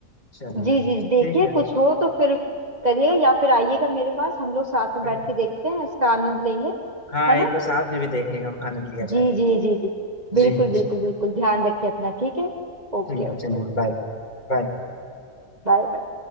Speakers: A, on the left; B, on the right.
A: चलिए
B: जी जी देखिए
A: ठीक है
B: कुछ हो तो फिर करिएगा या फिर आइएगा मेरे पास हम लोग साथ में
A: हाँ
B: बैठ के देखते हैं इसका आनंद लेंगे
A: हाँ,
B: है
A: एक
B: ना
A: बार साथ में भी देखने का आनंद लिया
B: जी
A: जाएगा
B: जी जी जी बिल्कुल
A: जी
B: बिल्कुल बिल्कुल ध्यान रखिए अपना ठीक है Okay
A: ठीक है
B: okay
A: चलिए बाय बाय
B: Bye bye